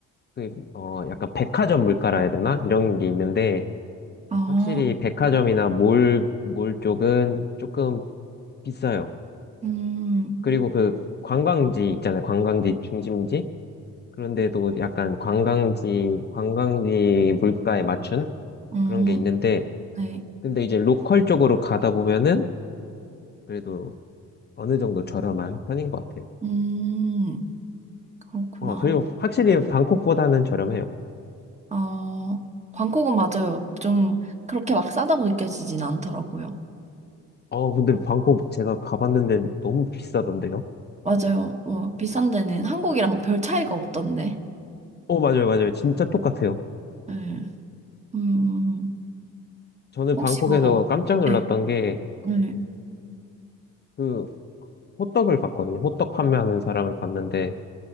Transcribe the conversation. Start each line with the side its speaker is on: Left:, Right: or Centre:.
Left: 그, 어, 약간 백화점 물가라 해야 되나? 이런 게 있는데,
Right: 아,
Left: 확실히 백화점이나 몰, 몰 쪽은 조금 비싸요.
Right: 음,
Left: 그리고 그 관광지 있잖아요. 관광지 중심지? 그런데도 약간 관광지, 관광지 물가에 맞춘
Right: 음,
Left: 그런 게 있는데,
Right: 네.
Left: 근데 이제 로컬 쪽으로 가다 보면은 그래도 어느 정도 저렴한 편인 것 같아요.
Right: 음, 그렇구나.
Left: 어, 그리고 확실히
Right: 네.
Left: 방콕보다는 저렴해요.
Right: 어, 방콕은 맞아요. 좀 그렇게 막 싸다고 느껴지진 않더라고요.
Left: 어, 근데 방콕 제가 가봤는데 너무 비싸던데요?
Right: 맞아요. 뭐, 비싼 데는 한국이랑 별 차이가 없던데.
Left: 어, 맞아요, 맞아요. 진짜 똑같아요.
Right: 네. 음,
Left: 저는
Right: 혹시
Left: 방콕에서
Right: 뭐,
Left: 깜짝 놀랐던
Right: 네.
Left: 게,
Right: 네.
Left: 그, 호떡을 봤거든요. 호떡 판매하는 사람을 봤는데,